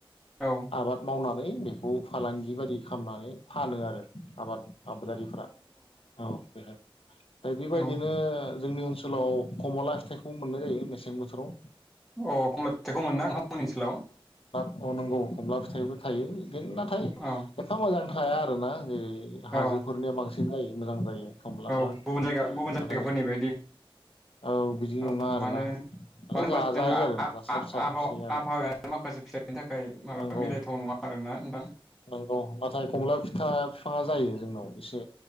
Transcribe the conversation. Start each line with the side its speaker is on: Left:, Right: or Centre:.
Centre: औ
Left: आबाद मावनानै बेखौ फालांगि बायदि खालामनानै फानो आरो आबाद आबादारिफ्रा औ बेहाय दा बेबायदिनो
Centre: औ
Left: जोंनि ओनसोलाव खमला फिथाइखौ मोननाय जायो मेसें बोथोराव
Centre: अ कमला फिथाइखौ मोनोना नोंथांमोननि ओनसोलाव
Left: अ नंगौ खमला फिथाइबो थायो बे नाथाय
Centre: औ
Left: एफा मोजां हाया आरो ना ए हाजोफोरनि
Centre: औ
Left: बांसिन साबसिन जायो मोजां जायो खमलाफ्रा
Centre: औ गुबुन जायगा गुबुन
Left: नाथाय
Centre: जायगाफोरनि बायदि
Left: औ बिदि
Centre: औ
Left: नङा आरोना
Centre: मानो मानो
Left: माने
Centre: होनबा
Left: जाजायो
Centre: जोंना
Left: आरो
Centre: आाव
Left: जासाब साबसिन
Centre: आबहावाया
Left: आरो
Centre: माखासे फिथाइनि थाखाय माबा
Left: नंगौ
Centre: मिलायथाव नङा आरोना नोंथां
Left: नंगौ नाथाय कमला सा फिफांआ जायो जोंनाव एसे